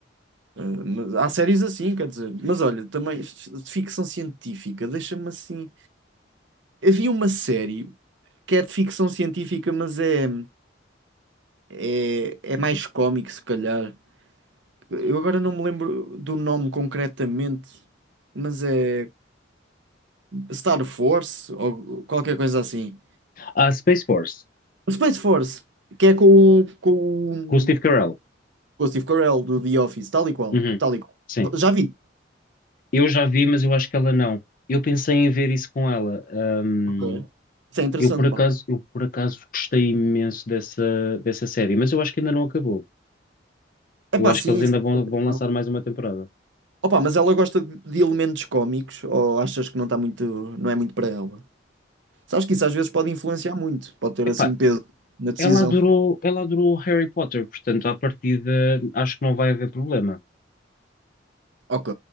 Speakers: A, on the right; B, on the left.
A: Eh, mas há séries assim, quer dizer, mas olha, também de ficção científica, deixa-me assim. Havia uma série que é de ficção científica, mas é, é, é mais cómico, se calhar. Eu agora não me lembro do nome concretamente, mas é Star Force ou qualquer coisa assim.
B: Ah, Space Force,
A: Space Force, que é com, o- com,
B: com o Steve
A: o-
B: Carell.
A: com o Steve Carell do The Office, tal e qual,
B: Uhum,
A: tal e qual.
B: Sim.
A: Já vi.
B: Eu já vi, mas eu acho que ela não. Eu pensei em ver isso com ela. Ahm,
A: Ok. Isso é interessante,
B: eu por acaso,
A: pá.
B: eu por acaso gostei imenso dessa, dessa série, mas eu acho que ainda não acabou.
A: É
B: Eu
A: pá,
B: acho
A: sim.
B: que eles ainda
A: isso-
B: vão, vão lançar
A: não.
B: mais uma temporada.
A: Opa, mas ela gosta de de elementos cómicos ou achas que não está muito, não é muito para ela? Sabes que isso às vezes pode influenciar muito, pode ter
B: Epá,
A: assim peso na decisão.
B: ela adorou, ela adorou Harry Potter, portanto, à partida, acho que não vai haver problema.
A: Ok,